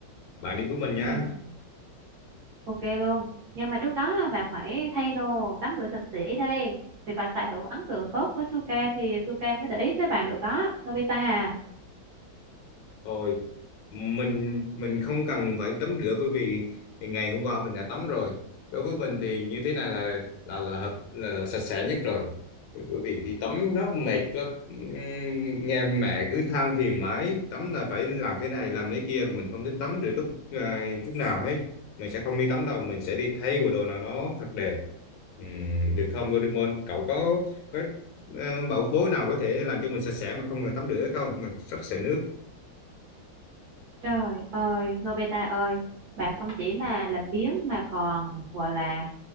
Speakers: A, on the left; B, on the right.
A: bạn đi với mình nhé
B: ừ ok luôn nhưng mà trước đó bạn phải thay đồ tắm rửa sạch sẽ đi thì phải tạo ấn tượng tốt với Suka thì Suka mới để ý tới bạn được đó Nobita à
A: Thôi, mình mình không cần phải tắm rửa bởi vì ngày hôm qua mình đã tắm rồi. Đối với mình thì như thế này là là là hợp là, là sạch sẽ nhất rồi. Bởi vì khi tắm rất mệt lắm. Ừm, Nghe mẹ cứ than phiền mãi, tắm là phải làm thế này làm thế kia, mình không thích tắm được lúc à, chút nào hết. Mình sẽ không đi tắm đâu, mình sẽ đi thay bộ đồ nào đó thật đẹp. Ừm, được không Doraemon? Cậu có có ờ, bảo bối nào có thể làm cho mình sạch sẽ mà không cần tắm rửa không? Mình rất sợ nước.
B: trời ơi Nobita ơi bạn không chỉ mà làm biếng mà còn gọi là